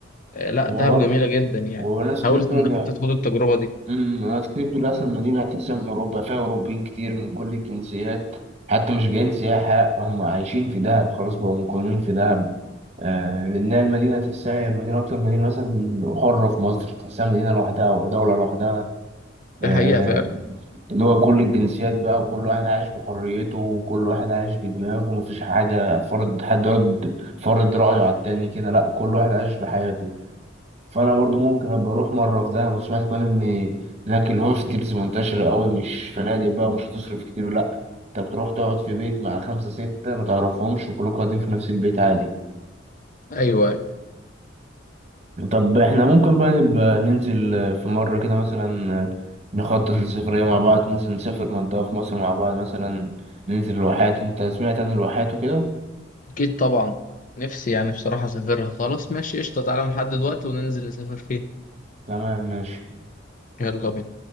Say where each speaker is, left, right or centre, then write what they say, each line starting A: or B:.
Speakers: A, on the left; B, on the right.
A: آه، لا
B: هو
A: دهب
B: برضه
A: جميلة جدا يعني
B: هو ناس كتير
A: حاولت
B: بترجع
A: إنك أنت تاخد التجربة دي
B: امم ناس كتير بتقول اصلا المدينه اساسا من اوروبا فيها اوروبيين كتير من كل الجنسيات حتى مش جايين سياحه هم عايشين في دهب خلاص بقوا مقيمين في دهب آه لانها المدينه تحسها مدينه اكتر مدينه مثلا حره في مصر تحسها مدينه لوحدها او دوله لوحدها
A: ده
B: آه
A: حقيقة فعلا
B: اللي هو كل الجنسيات بقى وكل واحد عايش بحريته وكل واحد عايش بدماغه ومفيش حاجه فرض حد يقعد فرض رايه على التاني كده لا كل واحد عايش بحياته فانا برضو ممكن ابقى اروح مره في دهب وسمعت كمان ان هناك الهوستلز منتشره قوي مش فنادق بقى ومش هتصرف كتير لا انت بتروح تقعد في بيت مع خمسه سته ما تعرفهمش وكلكم قاعدين في نفس البيت عادي
A: مم. أيوه أيوه.
B: طب احنا ممكن بقى نبقى ننزل آه، في مره كده مثلا آه، نخطط للسفريه مع بعض ننزل نسافر منطقه في مصر مع بعض مثلا ننزل الواحات انت سمعت عن الواحات وكده
A: أكيد طبعا نفسي يعني بصراحة أسافرها خلاص ماشي قشطة تعالى نحدد وقت وننزل نسافر فيه
B: تمام ماشي
A: يلا بينا